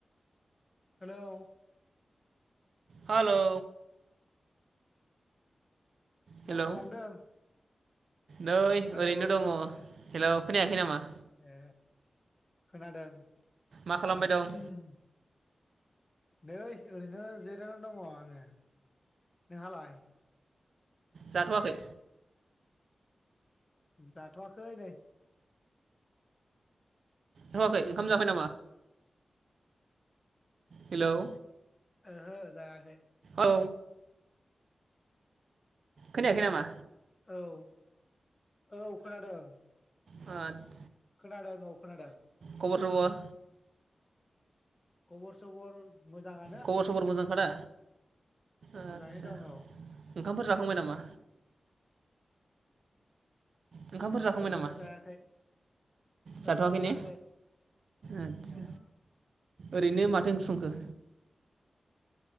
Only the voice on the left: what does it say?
hello
मा खालामदों?
hello
hello
ए खोनादों।
उम नै ओरैनो जिरायनानै दङ आङो। नोंहालाय?
जाथआखै नै।
औहो जायाखै।
औ औ खोनादों।
खोनादों औ खोनादों।
खबर सबर मोजाङानो
मोजाङै दं औ
ओहो
जायाखै
ओहो जायाखै
ओहो